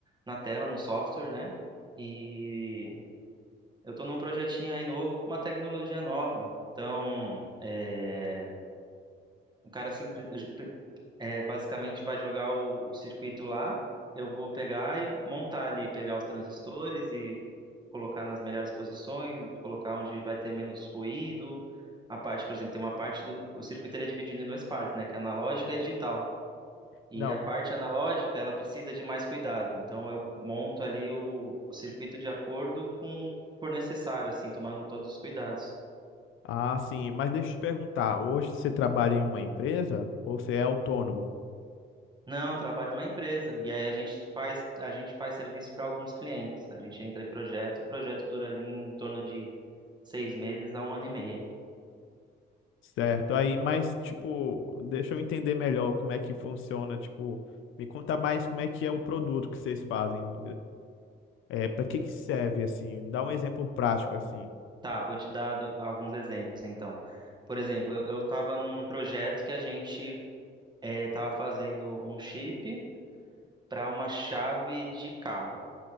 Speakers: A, on the right (about 20°); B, on the left (about 80°).
A: na tela, no software, né? E Eu tô num projetinho aí novo com uma tecnologia nova. Então, é, o cara simples, é, basicamente vai jogar o, o circuito lá, eu vou pegar e montar ali, pegar os transistores e colocar nas melhores posições, colocar onde vai ter menos ruído. A parte, por exemplo, tem uma parte do o circuito ele é dividido em duas partes, né? Que é analógica e digital. E
B: Não,
A: a parte analógica, ela precisa de mais cuidado. Então, eu monto ali o, o circuito de acordo com o que for necessário, assim, tomando todos os cuidados.
B: ah, sim, mas deixa eu te perguntar, hoje você trabalha em uma empresa ou você é autônomo?
A: Não, eu trabalho em uma empresa e aí a gente faz a gente faz serviço para alguns clientes. A gente entra em projeto, o projeto dura ali em torno de seis meses a um ano e meio.
B: Certo, aí, mas tipo, deixa eu entender melhor como é que funciona, tipo, me conta mais como é que é o produto que vocês fazem, é, é, para que que serve, assim, dá um exemplo prático, assim.
A: Tá, vou te dar do- alguns exemplos então. Por exemplo, eu estava num projeto que a gente estava fazendo um chip para uma chave de carro.